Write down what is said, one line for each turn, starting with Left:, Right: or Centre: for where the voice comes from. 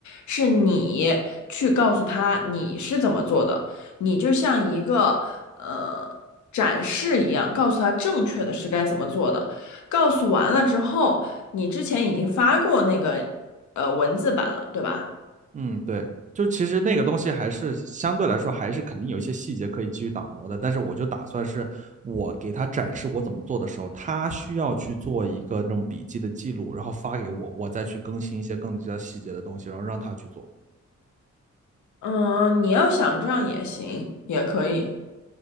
Left: 是你去告诉他你是怎么做的，你就像一个呃展示一样，告诉他正确的是该怎么做的。告诉完了之后，你之前已经发过那个呃文字版了，对吧？
Right: 嗯，对，就其实那个东西还是相对来说还是肯定有一些细节可以继续打磨的。但是我就打算是我给他展示我怎么做的时候，他需要去做一个那种笔记的记录，然后发给我，我再去更新一些更加细节的东西，然后让他去做。
Left: 嗯、你要想这样也行，也可以。